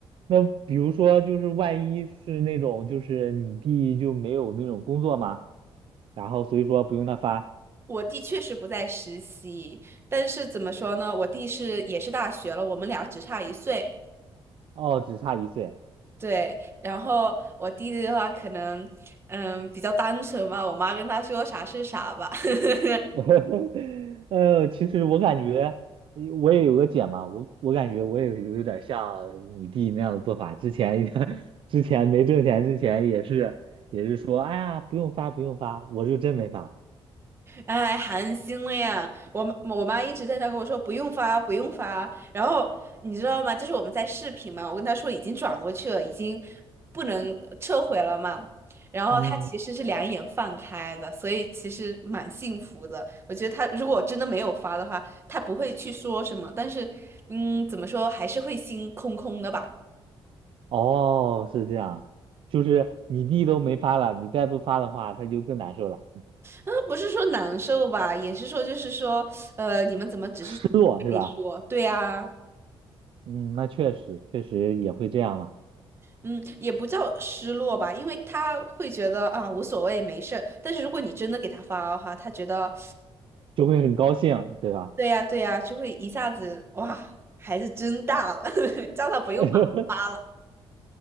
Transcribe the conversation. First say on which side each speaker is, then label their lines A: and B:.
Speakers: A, on the right; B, on the right.
A: 那比如说就是万一是那种就是你弟就没有那种工作吗？然后所以说不用他发，
B: 我弟确实不在实习，但是怎么说呢？我弟是也是大学了，我们俩只差一岁。
A: 哦，只差一岁。
B: 对，然后我弟弟的话可能，嗯，比较单纯吧。我妈跟他说啥是啥吧。<laughs>
A: <laughs> 呃，其实我感觉我也有个姐嘛，我我感觉我也有有点像你弟那样的做法。之前 <laughs> 之前没挣钱之前也是也是说，哎呀，不用发不用发，我就真没发。
B: 哎，寒心了呀！我妈我妈一直在那跟我说不用发，不用发。然后你知道吗？就是我们在视频嘛，我跟她说已经转过去了，已经不能呃撤回了嘛。然后她其实是两眼放开的，
A: 嗯，
B: 所以其实蛮幸福的。我觉得她如果真的没有发的话，她不会去说什么，但是嗯，怎么说还是会心空空的吧。
A: 哦，是这样，就是你弟都没发了，你再不发的话，他就更难受了，
B: 嗯，不是说难受吧，也是说就是说，呃，你们怎么只是嘴里说？
A: 失落是吧？
B: 对啊。
A: 嗯，那确实确实也会这样嘛，
B: 嗯，也不叫失落吧，因为他会觉得啊无所谓，没事。但是如果你真的给他发的话，他觉得
A: 就会很高兴，对吧？
B: 对呀对呀，就会一下子哇，孩子真大了，<laughs> 叫他不用发发了。
A: <laughs>